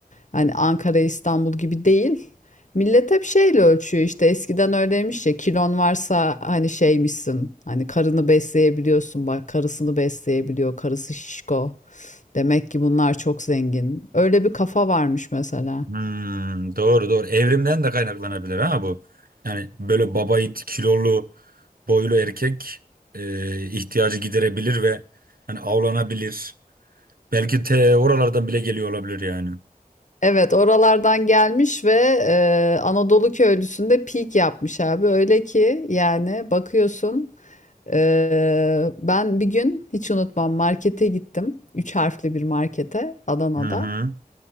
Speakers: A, on the left; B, on the right.
A: Hani Ankara İstanbul gibi değil. Millet hep şeyle ölçüyor işte eskiden öyleymiş ya kilon varsa hani şeymişsin hani karını besleyebiliyorsun bak karısını besleyebiliyor karısı şişko. Demek ki bunlar çok zengin. Öyle bir kafa varmış mesela.
B: Hmm, doğru doğru evrimden de kaynaklanabilir ha bu. Yani böyle babayit kilolu boylu erkek e, ihtiyacı giderebilir ve hani avlanabilir. Belki te oralardan bile geliyor olabilir yani.
A: Evet oralardan gelmiş ve e, Anadolu köylüsünde peak yapmış abi. Öyle ki yani bakıyorsun e, ben bir gün hiç unutmam markete gittim. Üç harfli bir markete Adana'da.
B: Hı hı.